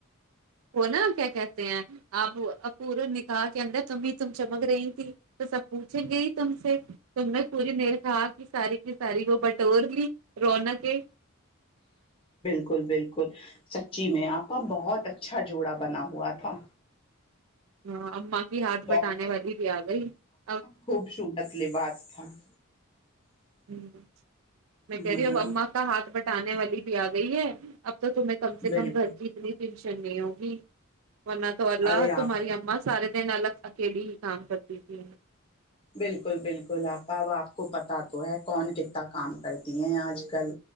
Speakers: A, on the right; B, on the left.
A: وہ نہ کیا کہتے ہیں آپ پورے نکاح کے اندر تم تم چمک رہی تھی تو سب پوچھیں گے ہی تم سے تم نے پوری میرکھا کی ساری ساری کو بٹ <unintelligible> توور بھی رونق ہے
B: بالکل بالکل سچی میں آپا بہت اچھا جوڑا بنا ہوا تھا
A: ہاں کی ہاتھ بٹانے
B: بہت
A: والی بھی آ گئی اب
B: خوب شگتلی لباس تھا <inaudible>
A: ہمم میں کہہ
B: ہاں
A: رہی ہوں اب اما کا ہاتھ بٹانے والی بھی آ گئی ہے اب تو تمہیں کم سے
B: بالکل
A: کم گھر کی اتنی ٹینشن نہیں ہوگی ورنہ تو اللہ
B: ارے آپ
A: تہاری اما سارے دن الگ کے بھی ہی کام کرتی تھی
B: بالکل بالکل آپا اب آپ کو پتا تو ہے کون کتنا کام کرتی ہیں آج کل